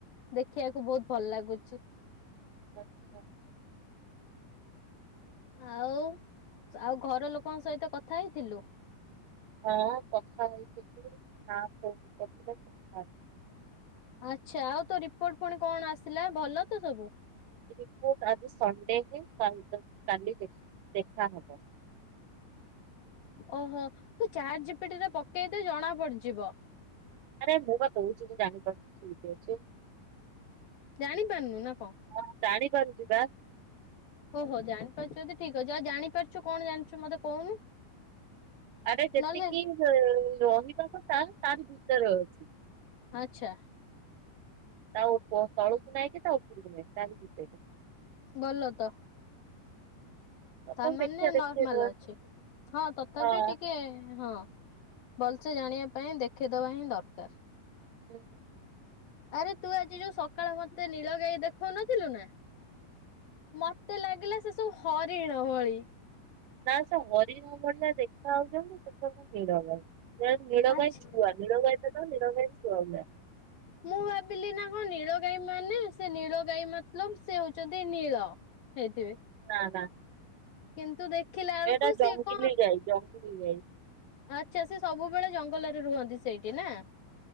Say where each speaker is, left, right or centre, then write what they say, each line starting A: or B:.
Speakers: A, on the left; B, on the right.
A: ଦେଖିଆକୁ ବୋହୁତ୍ ଭଲ ଲାଗୁଚି।
B: ଆଛା।
A: ଆଉ ଆଉ ଘର ଲୋକଙ୍କ ସହିତ କଥା ହେଇଥିଲୁ?
B: ହଁ କଥା ହେଇଥିଲ କି ନା <unintelligible> କରିଥିଲେ। କଥା
A: ଆଛା ଆଉ ତୋ ରିପୋର୍ଟ ପୁଣି କଣ ଆସିଲା ଭଲ ତ ସବୁ
B: ରିପୋର୍ଟ ଆଜି ସଣ୍ଡେ ହିଁ କାଲି ଦେଖ୍ କାଲି ଦେ ଦେଖା ହବ।
A: ଓହୋ ତୁ ଚାଟ୍ ଜିପିଟିରେ ପକେଇଦେ ଜଣା ପଡଯିବ।
B: ଆରେ ମୁଁ ପା କହୁଚି ତୁ ଜାଣିପାରୁଚୁ ଠିକ୍ ଅଛି।
A: ଜାଣି ପାରୁନୁ ନା କଣ?
B: ହଁ ଜାଣିପାରୁଚି ବା।
A: ଓହୋ ଜାଣିପାରୁଚୁ ଯଦି ଠିକ ଅଛି ଆଉ ଜାଣିପାରୁଚୁ କଣ ଜାଣିଚୁ ମତେ କହୁନୁ।
B: ଆରେ ଯେତିକି
A: ନହେଲେ
B: ରହିବା କଥା ତାଠୁ ଭିତରେ ଅଛି।
A: ଆଛା।
B: ତା ଓପୋ ତଳୁକୁ ନାହିଁ କି ତା ଉପରକୁ ନାହିଁ ତାରି ଭିତରେ।
A: ଭଲ ତ।
B: ତଥାପି
A: ତା ମାନେ
B: ଦେଖିବା
A: ନର୍ମାଲ
B: ଦେଖେଇଦବା
A: ଅଛି ହଁ ତଥାପି
B: ହଁ।
A: ଟିକେ ହଁ ଭଲସେ ଜାଣିବା ପାଇଁ ଦେଖେଇଦବା ହିଁ ଦରକାର।
B: ହୁଁ।
A: ଆରେ ତୁ ଆଜି ଯୋଉ ସକାଳେ ମତେ ନୀଳ ଗାଈ ଦେଖାଉନଥିଲୁ ନା। ମତେ ଲାଗିଲା ସେ ସବୁ ହରିଣ ଭଳି।
B: ନା ସେ ହରିଣ ଭଳିଆ ଦେଖା ଯାଉଛନ୍ତି। ନୀଳଗାଇା ନୀଳବାଇ
A: ଆଚ୍ଛା
B: ଛୁଆ ନୀଳଗାଈ ତ ନିଛୁଆ ଗୁଡ଼ା।
A: ମୁଁ ଭାବିଲି ନା କଣ ନୀଳ ଗାଈ ମାନେ ସେ ନୀଳ ଗାଈ ମତଲବ ସେ ହଉଛନ୍ତି ନୀଳ। ହେଇଥିବେ
B: ନା ନା।
A: କିନ୍ତୁ ଦେଖିଲା ବେଳକୁ
B: ଏଟା
A: ସିଏ
B: ଜଙ୍ଗଲି
A: କଣ
B: ଗାଇ ଜଙ୍ଗଲ ଗାଈ।
A: ଆଚ୍ଛା ସେ ସବୁବେଳେ ଜଙ୍ଗଲରେ ରୁହନ୍ତି ସେଇଠି ନା